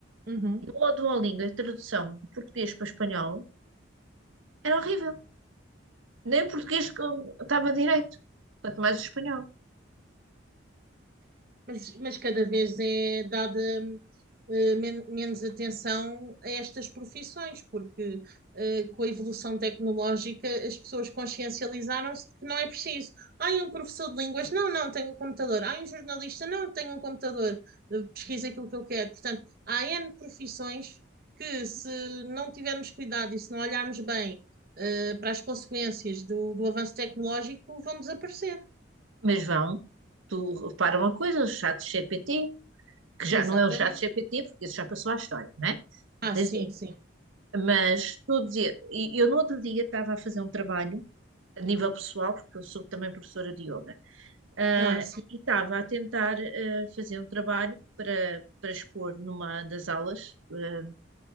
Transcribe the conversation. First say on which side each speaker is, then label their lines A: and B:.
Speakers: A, on the right; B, on the right.
A: Uhum.
B: E o Duolingo, a tradução de português para espanhol, era horrível. Nem o português que eu estava direito, quanto mais o espanhol.
A: Mas, mas cada vez é dada eh, men- menos atenção a estas profissões, porque eh, com a evolução tecnológica as pessoas consciencializaram-se de que não é preciso. Ai, um professor de línguas, não, não, tenho um computador. Ai, um jornalista, não, tenho um computador, Eh, pesquisa aquilo que eu quero. Portanto, há N profissões que, se não tivermos cuidado e se não olharmos bem eh, para as consequências do, do avanço tecnológico, vão desaparecer.
B: Mas vão, tu repara uma coisa, o chat GPT, que já
A: Exatamente.
B: não é o chat GPT, porque isso já passou à história, não é?
A: Ah,
B: Tens
A: sim, sim.
B: Mas todos e e eu no outro dia estava a fazer um trabalho a nível pessoal, porque eu sou também professora de yoga, ah,
A: Ah, sim.
B: e estava a tentar ah, fazer um trabalho para, para expor numa das aulas, ah,